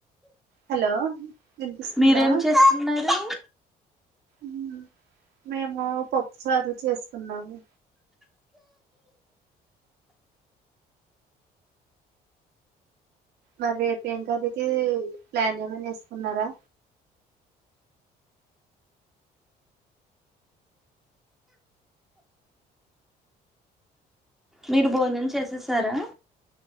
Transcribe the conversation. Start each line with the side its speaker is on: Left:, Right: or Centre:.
Right: హలో వినిపిస్తుందా,
Centre: మీరేం చేస్తున్నారు
Right: ఊ మేము పప్పుచారు చేసుకున్నాము. మరి రేపు ఏం కర్రీ కి ప్లాన్ ఏమనా వేసుకున్నారా,
Centre: మీరు భోజనం చేసేసారా,